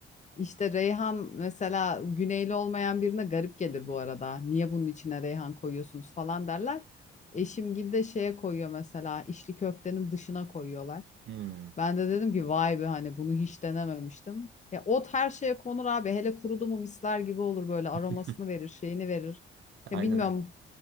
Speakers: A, on the left (about 35°); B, on the right (about 65°).
A: İşte Reyhan mesela güneyli olmayan birine garip gelir bu arada. Niye bunun içine Reyhan koyuyorsunuz falan derler. Eşim de şeye koyuyor mesela içli köftenin dışına koyuyorlar.
B: Hmm.
A: Ben de dedim ki vay be hani bunu hiç denememiştim. Ya ot her şeye konur abi. Hele kurudu mu misler gibi olur böyle aromasını
B: <laughs>
A: verir, şeyini verir.
B: Aynen.
A: Ya bilmiyorum
B: Aynen.